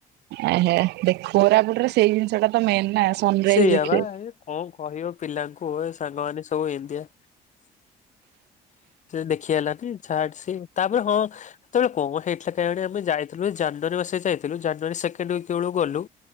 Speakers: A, on the right; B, on the left.
A: ଏ ହେ ଦେଖ୍ କୋରାପୁଟରେ ସେଇ ଜିନିଷଟା ତ ମେନ୍ ନା। ସନରାଇଜ
B: ସେଇଆ
A: ଦେଖିବେ।
B: ବା ହେ କଣ କହିବ ପିଲା ଲାଙ୍କୁ ସାଙ୍ଗମାନେ ସବୁ ଇନ୍ତିଆ।
A: <inaudible>
B: ଦେଖି ହେଲାନି ଛାଡ୍ ସିଏ ତାପରେ ହଁ ସେତେବେଳେ କଣ ହେଇଥିଲା କେଜାଣି ଆମେ ଯାଇଥିଲୁ ଯେ ଜାନୁଆରୀ ମା ସେରେ ଯାଇଥେଲୁ ଜାନୁଆରୀ ସେକେଣ୍ଡ ୱିକ୍ ଆଡକୁ ଗଲୁ